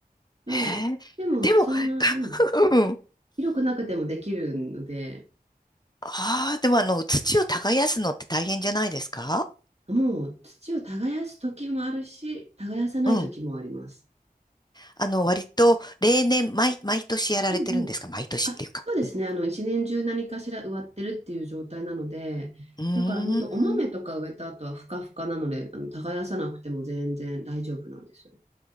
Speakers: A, on the left; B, on the right.
A: へえ。
B: そうでもそんな、
A: でも、<laughs>
B: うん、
A: うん。
B: 広くなくてもできるので、
A: ああ、でもあの、土を耕すのって大変じゃないですか
B: もう土を耕す時もあるし、耕さない時もあります。
A: うん。あの、割と、例年、毎、毎年やられてるんですか毎年っていうか。
B: うんうん。あ、そうですね。
A: うん。
B: あの、一年中何かしら植わってるっていう状態なので、
A: うーん。
B: だから本当お豆とか植えた後はふかふかなので、あの、耕さなくても全然大丈夫なんですよ。